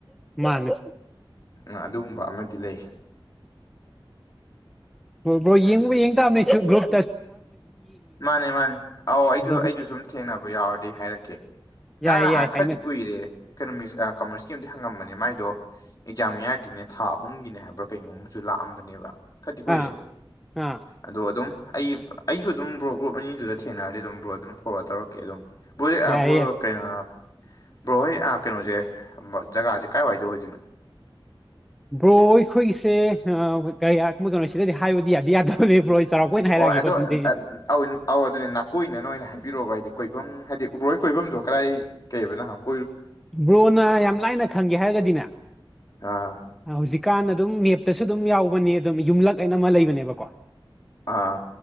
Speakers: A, in the centre; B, on the left.
A: ꯃꯥꯅꯦ
B: ꯃꯥ ꯑꯗꯨꯒꯨꯝꯕ ꯑꯃꯥꯗꯤ ꯂꯩ
A: ꯕ꯭ꯔꯣ ꯌꯦꯡꯕꯨ
B: ꯑꯗꯨꯅ
A: ꯌꯦꯡꯇꯥꯝꯅꯦ ꯆꯨ ꯒ꯭ꯔꯨꯞ
B: ꯃꯥꯅꯦ ꯃꯥꯅꯦ ꯑꯧ ꯑꯩꯖꯨ
A: ꯑꯗꯨꯝ
B: ꯑꯩꯖꯨ ꯁꯨꯝ ꯊꯦꯡꯅꯕ ꯌꯥꯎꯔꯗꯤ ꯍꯥꯏꯔꯛꯀꯦ ꯉꯔꯥꯡ
A: ꯌꯥꯏ
B: ꯅꯍꯥꯟ
A: ꯌꯥꯏ ꯍꯥꯏꯅꯩ
B: ꯈꯔꯗꯤ ꯀꯨꯏꯔꯦ ꯏꯀꯣꯅꯣꯃꯤꯛꯁ ꯑꯥ ꯀꯃꯔꯁꯀꯤ ꯑꯝꯗꯤ ꯍꯪꯉꯝꯕꯅꯦ ꯃꯥꯏꯗꯣ ꯑꯦꯛꯖꯥꯝ ꯃꯥꯌꯥꯀꯤꯅꯦ ꯊꯥ ꯑꯍꯨꯝꯒꯤꯅꯦ ꯍꯥꯏꯕ꯭ꯔꯥ ꯀꯩꯅꯣꯝ ꯑꯃꯁꯨ ꯂꯥꯛꯑꯝꯕꯅꯦꯕ ꯈꯇꯤ ꯀꯨꯏꯔꯦ
A: ꯑꯥ ꯑꯥ
B: ꯑꯗꯣ ꯑꯗꯨꯝ ꯑꯩ ꯑꯩꯁꯨ ꯑꯗꯨꯝ ꯕ꯭ꯔꯣ ꯒ꯭ꯔꯨꯞ ꯑꯅꯤꯗꯨꯗ ꯊꯦꯡꯅꯔꯗꯤ ꯑꯗꯨꯝ ꯕ꯭ꯔꯣ ꯑꯗꯨ ꯐꯣꯔꯋꯥꯔꯠ ꯇꯧꯔꯛꯀꯦ ꯑꯗꯨꯝ ꯕ꯭ꯔꯣꯖꯦ
A: ꯌꯥꯏꯌꯦ
B: ꯑꯥ
A: ꯌꯥꯏ
B: ꯀꯩꯅꯣ ꯕ꯭ꯔꯣ ꯍꯣꯏ ꯑ ꯀꯩꯅꯣꯖꯦ ꯎꯝ ꯖꯒꯥꯖꯦ ꯀꯥꯏ ꯋꯥꯏꯗ ꯑꯣꯏꯗꯣꯏꯅꯣ
A: ꯕ꯭ꯔꯣ ꯑꯩꯈꯣꯏꯒꯤꯁꯦ ꯑ ꯀꯔꯤꯌꯥ ꯃꯣꯏ ꯀꯩꯅꯣ ꯁꯤꯗꯗꯤ ꯍꯥꯏꯕꯗꯤ ꯌꯥꯗꯤ ꯌꯥꯗꯕꯅꯦ ꯕ꯭ꯔꯣ ꯆꯥꯎꯔꯥꯛꯄ ꯑꯣꯏꯅ ꯍꯥꯏꯔꯛꯑꯒꯦꯀꯣ
B: ꯑꯣ ꯑꯗꯣ
A: ꯑꯗꯨꯗꯤ
B: ꯑꯧ ꯑꯧ ꯑꯗꯨꯅꯦ ꯅꯥꯀꯣꯏꯅꯅ ꯑꯣꯏꯅ ꯍꯥꯏꯕꯤꯔꯛꯑꯣꯕ ꯍꯥꯏꯗꯤ ꯀꯣꯏꯕꯝ ꯍꯥꯏꯗꯤ ꯕ꯭ꯔꯣ ꯍꯣꯏꯒꯤ ꯀꯣꯏꯕꯝꯗꯣ ꯀꯗꯥꯏ ꯀꯩꯑꯕ ꯅꯍꯥꯟꯃꯨꯛ
A: ꯕ꯭ꯔꯣꯅ ꯌꯥꯝ ꯂꯥꯏꯅ ꯈꯪꯒꯦ ꯍꯥꯏꯔꯒꯗꯤꯅꯦ
B: ꯑꯥ
A: ꯍꯧꯖꯤꯛꯀꯥꯟ ꯑꯗꯨꯝ ꯃꯦꯞꯇꯁꯨ ꯑꯗꯨꯝ ꯌꯥꯎꯕꯅꯦ ꯑꯗꯨꯝ ꯌꯨꯝꯂꯛ ꯑꯅ ꯑꯃ ꯂꯩꯕꯅꯦꯕꯀꯣ
B: ꯑꯥ